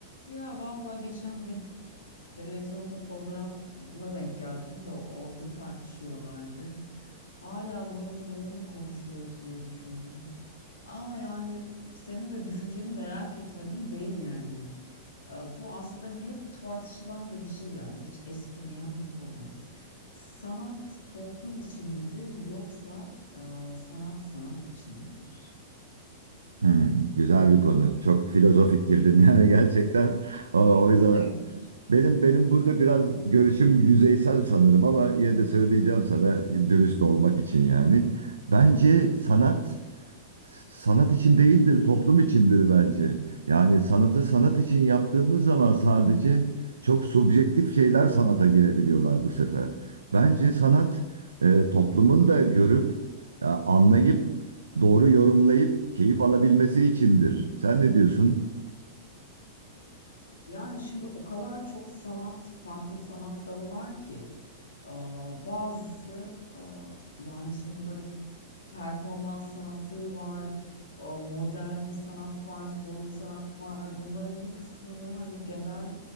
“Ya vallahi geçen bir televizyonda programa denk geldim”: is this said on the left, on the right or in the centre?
Left